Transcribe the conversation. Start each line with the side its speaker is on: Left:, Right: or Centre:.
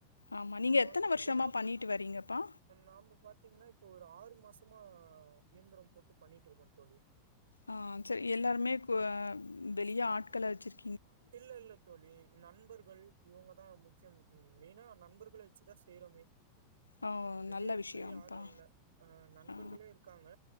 Left: ஆமா நீங்க
Right: நம்ம
Left: எத்தன
Right: வந்து
Left: வருஷமா
Right: இததா
Left: பண்ணிட்டு வரீங்கப்பா
Right: நாம பாத்தீங்கன்னா இப்ப ஒரு ஆறு மாசமா இயந்திரம் போட்டு பண்ணிட்டு இருக்கோம் தோழி
Left: ஆஹ் செரி எல்லாருமே இப்போ வெளிய ஆட்கள வச்சிருக்க
Right: இல்ல இல்ல தோழி நண்பர்கள் இவங்க தான் முக்கியம் மெய்னா நண்பர்கள வச்சுதான் செய்றமே
Left: ஓ
Right: வெளியாட்கள்
Left: நல்ல விஷயம்ப்பா
Right: யாரும் இல்ல அஹ் நண்பர்களே
Left: ஆ
Right: இருக்காங்க